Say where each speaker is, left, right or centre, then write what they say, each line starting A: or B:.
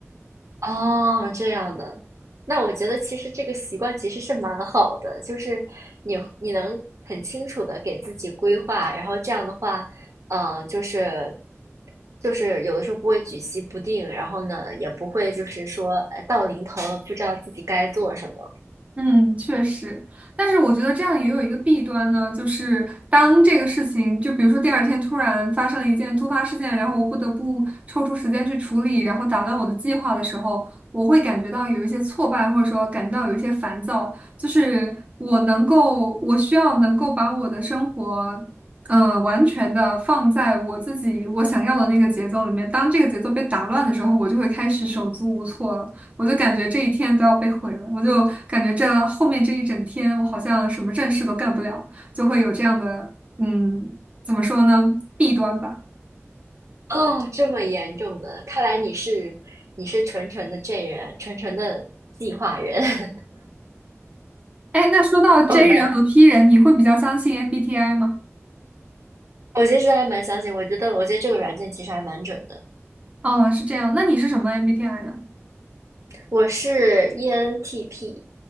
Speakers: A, on the right (about 80°); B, on the right (about 25°).
A: 哦，这样的，那我觉得其实这个习惯其实是蛮好的，就是你你能很清楚的给自己规划，然后这样的话，嗯、就是就是有的时候不会举棋不定，然后呢也不会就是说呃到临头了不知道自己该做什么。
B: 嗯，确实，但是我觉得这样也有一个弊端呢，就是当这个事情，就比如说第二天突然发生了一件突发事件，然后我不得不抽出时间去处理，然后打乱我的计划的时候，我会感觉到有一些挫败，或者说感到有一些烦躁，就是我能够，我需要能够把我的生活，呃，完全的放在我自己我想要的那个节奏里面，当这个节奏被打乱的时候，我就会开始手足无措了。我就感觉这一天都要被毁了，我就感觉这后面这一整天，我好像什么正事都干不了，就会有这样的，嗯，怎么说呢，弊端吧。
A: 哦，这么严重的，看来你是你是纯纯的 J 人，纯纯的计划人。<laughs>
B: 哎，那说到 J
A: 哦，那
B: 人和 P 人，你会比较相信 MBTI 吗？
A: 我其实还蛮相信，我觉得我觉得这个软件其实还蛮准的。
B: 哦，是这样，那你是什么 MBTI 呢？
A: 我是 ENTP，